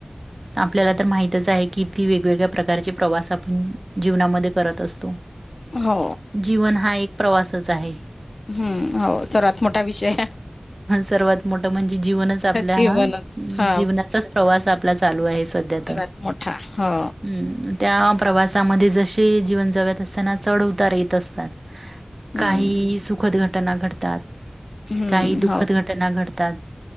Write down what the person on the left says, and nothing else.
हो
हम्म हो सर्वात मोठा विषय
जीवनच
हा
सर्वात
मोठा हो
हम्म
हम्म
हो